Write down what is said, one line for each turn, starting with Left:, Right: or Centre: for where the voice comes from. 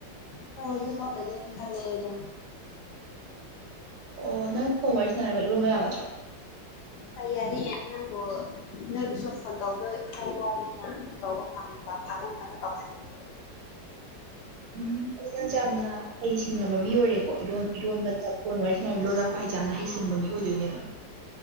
Left: ꯍ ꯍꯧꯖꯤꯛꯃꯛ ꯂꯩꯒꯦꯅꯦ ꯈꯜꯂꯦ ꯑꯩꯗꯣ
Right: ꯑꯣ ꯅꯪ ꯐꯣꯟ ꯋꯥꯔꯤ ꯁꯥꯅꯔꯒ ꯏꯔꯣꯟꯕ ꯌꯥꯒꯗ꯭ꯔꯣ
Left: ꯍ ꯌꯥꯅꯤ ꯌꯥꯅꯤ ꯅꯪꯕꯨ ꯅꯣꯏꯕꯨ ꯁꯨꯝ ꯐꯣꯟ ꯇꯧꯕꯗ ꯈꯔ ꯋꯥꯕꯅꯤꯅ ꯇꯧꯕ ꯐꯪ ꯐꯪꯕꯃꯇꯝꯗ ꯇꯧꯍꯜꯂꯤꯅꯦ
Right: <inaudible> ꯅꯪꯁꯦ ꯌꯥꯝꯅ ꯍꯩ ꯁꯤꯡꯉꯕ ꯃꯤ ꯑꯣꯏꯔꯦꯀꯣ ꯏꯔꯣꯟ ꯏꯔꯣꯟꯕꯗ ꯐꯣꯟ ꯋꯥꯔꯤ ꯁꯥꯅ ꯂꯣꯜꯂꯛꯄ ꯍꯥꯏꯁꯦ ꯌꯥꯝꯅ ꯍꯩ ꯁꯤꯡꯕ ꯃꯤ ꯀꯣꯏꯗꯣꯏꯅꯦꯕ